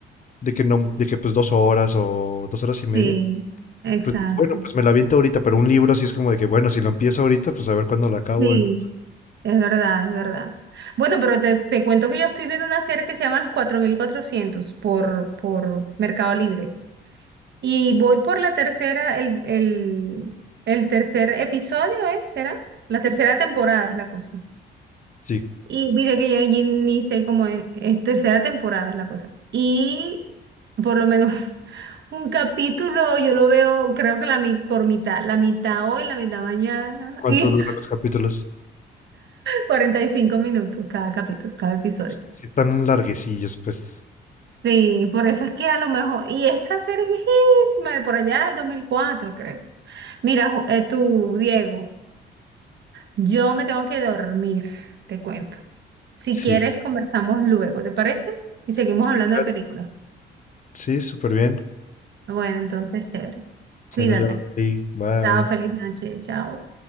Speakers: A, on the left; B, on the right.
A: de que no, de que pues dos horas o dos horas y media,
B: sí, exacto,
A: pues dices, bueno, pues me la aviento ahorita, pero un libro sí es como de que, bueno, si lo empiezo ahorita, pues a ver cuándo lo acabo,
B: sí,
A: entonces,
B: es verdad, es verdad. Bueno, pero te, te cuento que yo estoy viendo una serie que se llama Los 4400 por, por Mercado Libre y voy por la tercera, el, el, el tercer episodio, ¿eh? ¿Será? La tercera temporada es la cosa.
A: sí,
B: Y mira que yo allí ni sé cómo es, es tercera temporada es la cosa. Y por lo menos <laughs> un capítulo yo lo veo, creo que la mi- por mitad, la mitad hoy, la mitad mañana
A: cuánto
B: <laughs> y
A: duran los capítulos,
B: 45 minutos cada capítulo, cada episodio.
A: pues sí, sí están larguecillos, pues,
B: Sí, por eso es que a lo mejor, y esa serie es viejísima, de por allá del 2004 creo. Mira, Ju- eh, tú, Diego, yo me tengo que dormir, te cuento. Si
A: sí,
B: quieres,
A: sí,
B: conversamos luego, ¿te parece? Y seguimos
A: sí,
B: hablando
A: claro,
B: de películas.
A: sí, súper bien,
B: Bueno, entonces, chévere.
A: pues
B: Cuídate.
A: ahí nos vemos, Mary.
B: Chao,
A: bye.
B: feliz noche. Chao.